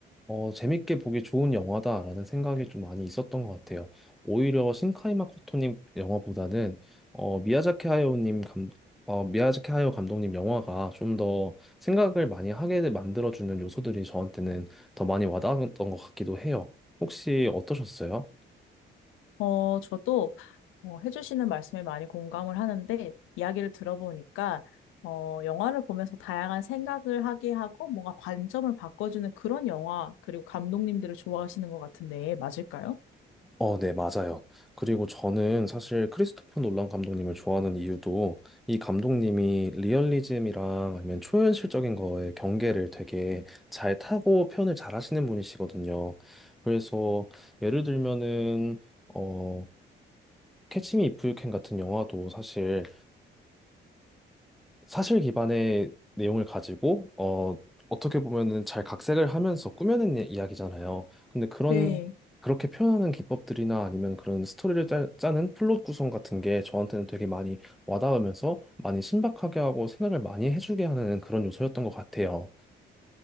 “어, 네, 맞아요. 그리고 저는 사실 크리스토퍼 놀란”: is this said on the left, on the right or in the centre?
Centre